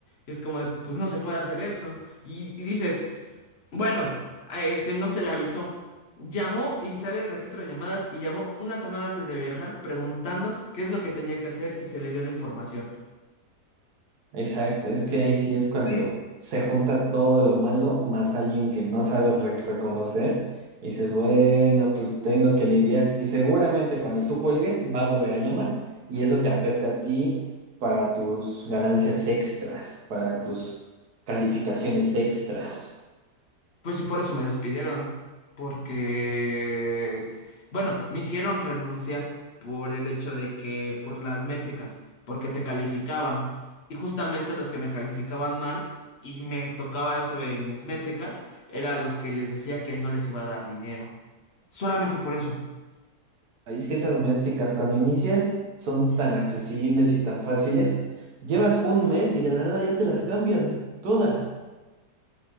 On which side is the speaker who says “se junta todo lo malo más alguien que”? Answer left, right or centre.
Right